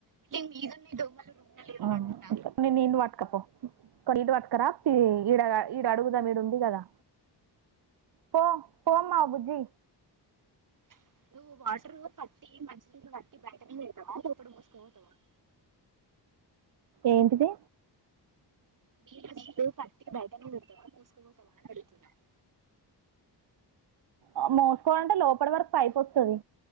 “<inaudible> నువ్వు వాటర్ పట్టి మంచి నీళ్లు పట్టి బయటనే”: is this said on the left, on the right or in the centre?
Right